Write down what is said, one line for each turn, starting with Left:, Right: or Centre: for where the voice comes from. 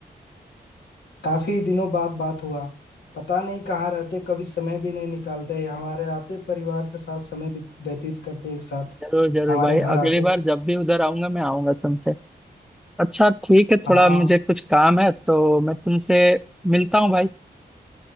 Left: काफी दिनों बाद बात हुआ पता नहीं कहाँ रहते कभी समय भी नहीं निकालते हमारे आते परिवार के साथ समय बीत- व्यतीत करते एक साथ
Centre: जरूर जरूर
Left: हमारे
Centre: भाई
Left: घर
Centre: अगली
Left: आते
Centre: बार जब भी उधर आऊंगा मैं आऊंगा तुमसे अच्छा ठीक है
Left: हाँ
Centre: थोड़ा मुझे कुछ काम है तो मैं तुमसे मिलता हूँ भाई